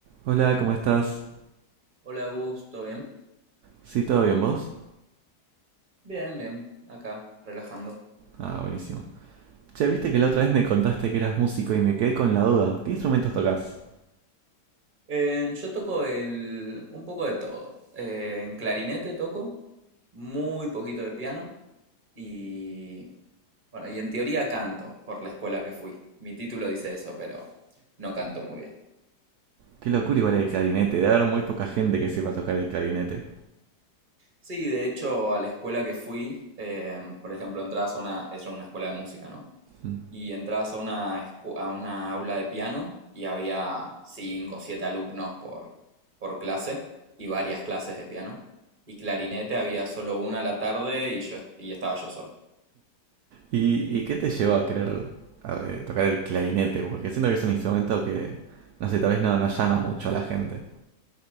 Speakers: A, on the right (about 70°); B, on the right (about 30°).
A: Hola, ¿cómo estás?
B: Hola, Gus, ¿todo bien?
A: ¿Sí, todo bien vos?
B: Bien, bien, acá, relajando.
A: Ah, buenísimo. Che, viste que la otra vez me contaste que eras músico y me quedé con la duda. ¿Qué instrumentos tocas?
B: Eh, yo toco el, un poco de todo. Eh, en clarinete toco, muy poquito de piano y, bueno, y en teoría canto por la escuela que fui. Mi título dice eso, pero no canto muy bien.
A: Qué locura igual el clarinete, debe haber muy poca gente que sepa tocar el clarinete.
B: Sí, de hecho, a la escuela que fui, em, por ejemplo, entras a una, es una escuela de música, ¿no?
A: Mm.
B: y entrabas a una, escu- a una aula de piano y había 5 o 7 alumnos por, por clase y varias clases de piano. Y clarinete había solo una a la tarde y yo est- y estaba yo solo.
A: ¿Y, y qué te llevó a querer a, eh, tocar el clarinete? Porque siento que es un instrumento que, no sé, tal vez no, no llama mucho a la gente.